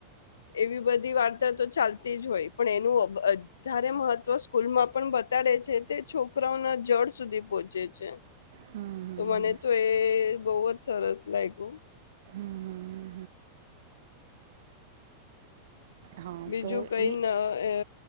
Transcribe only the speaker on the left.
એવી બધી વાર્તા તો ચાલતી જ હોય. પણ, એનું વધારે મહત્વ સ્કૂલમાં પણ બતાડે છે, તે છોકરાઓના જડ સુધી પહોંચે છે.
તો મને તો એએ બોવજ સરસ લાયગું
બીજું
કઈ
નઅએ